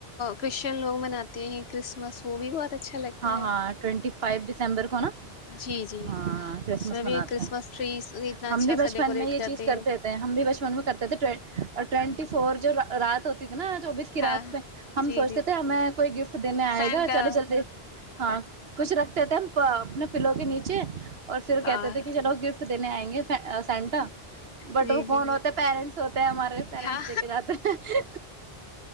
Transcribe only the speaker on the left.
کش <unintelligible> ن لو مناتے ہیں کرسمس وہ بھی بہت اچھا لگتا
ہے
جی جی
اس میں بھی
کرسمس
ٹریز اتنا
اچھا
سا
ڈیکوریٹ
ہیں
ہاں
جی
جی
سینٹا
ہاں
جی
جی
ہاں